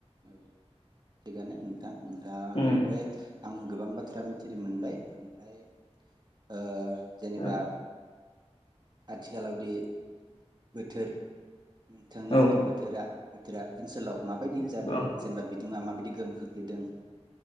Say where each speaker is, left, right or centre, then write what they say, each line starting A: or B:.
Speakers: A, on the right (about 40°); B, on the left (about 55°).
A: औ थिगानो नोंथां नोंथांनिफ्राय
B: उम
A: आं गोबां बाथ्रा मिथ मोनबाय ओमफ्राय। ओ जेनेबा।
B: औ
A: आथिखालावदि। <inaudible> थोर नोंथांमोननि
B: औ
A: बोथोरा बोथोरा ओनसोलाव माबायदि
B: औ
A: जादों जेनेबा बिदुङा माबायदि। गोहोम खोख्लैदों।